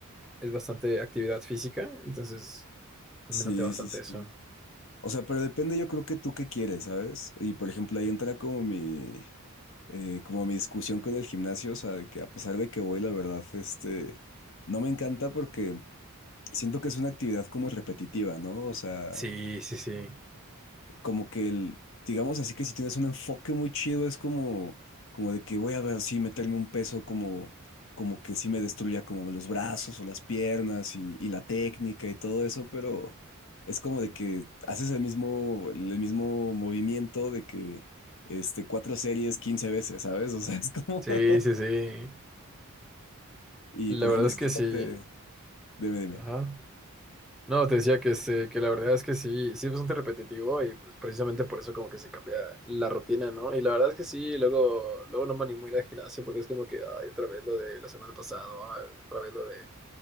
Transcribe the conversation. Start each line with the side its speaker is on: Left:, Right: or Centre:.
Centre: es bastante actividad física, entonces me
Left: Sí,
Centre: late bastante
Left: sí, sí.
Centre: eso.
Left: O sea, pero depende, yo creo que tú qué quieres, ¿sabes? Y por ejemplo, ahí entra como mi, eh, como mi discusión con el gimnasio, o sea, de que a pesar de que voy, la verdad, este, no me encanta porque siento que es una actividad como repetitiva, ¿no? O sea,
Centre: Sí, sí, sí.
Left: como que el, digamos así que si tienes un enfoque muy chido, es como, como de que voy a ver así, meterme un peso como, como que sí me destruya como los brazos o las piernas y, y la técnica y todo eso, pero es como de que haces el mismo, el mismo movimiento de que este, cuatro series 15 veces, ¿sabes? O sea, es como,
Centre: Sí,
Left: <laughs>
Centre: sí, sí.
Left: y
Centre: La
Left: por
Centre: verdad
Left: ejemplo,
Centre: es
Left: si
Centre: que
Left: te
Centre: sí.
Left: late, dime, dime.
Centre: Ajá. No, te decía que, este, que la verdad es que sí, sí es bastante repetitivo y pues precisamente por eso como que se cambia la rutina, ¿no? Y la verdad es que sí, luego, luego no me animo a ir al gimnasio porque es como que, ay, otra vez lo de la semana pasada, ay, otra vez lo de